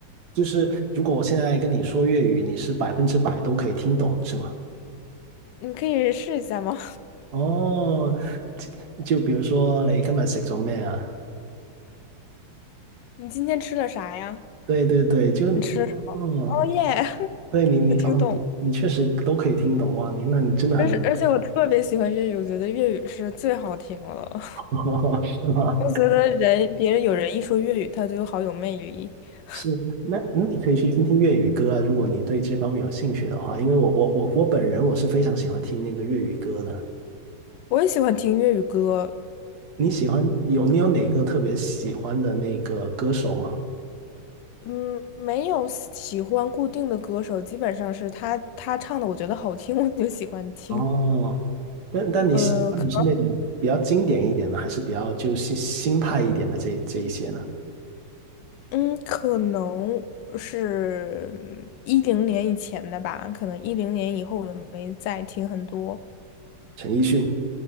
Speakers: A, on the right; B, on the left.
A: 就是如果我现在跟你说粤语，你是百分之百都可以听懂，是吗？
B: 你可以试一下吗？
A: 哦，就就比如说你今日食咗咩啊？
B: <laughs> 你今天吃了啥呀？
A: 对对对，就
B: 你吃了什么？
A: 哦，
B: 哦耶，<laughs>
A: 对你，你哦，
B: 我听懂了。
A: 你你确实都可以听懂哇，你那你真的很，
B: 但是而且我特别喜欢粤语，我觉得粤语是最好听了。
A: <laughs> 是吗？
B: 我觉得人别人有人一说粤语，他就好有魅力。嗯
A: 是，那那你可以去听听粤语歌啊，如果你对这方面有兴趣的话，因为我我我我本人我是非常喜欢听那个粤语歌的。
B: 我也喜欢听粤语歌，
A: 你喜欢有你有哪个特别喜欢的那个歌手吗？
B: 嗯，没有喜欢固定的歌手，基本上是他他唱的，我觉得好听，<laughs> 我就喜欢听。
A: 哦，但但你喜欢的是那种比较经典一点的，
B: 呃，可
A: 还是比较就新新派一点的这这一些呢？
B: 能嗯，可能是一零年以前的吧，可能一零年以后我就没再听很多
A: 陈奕迅，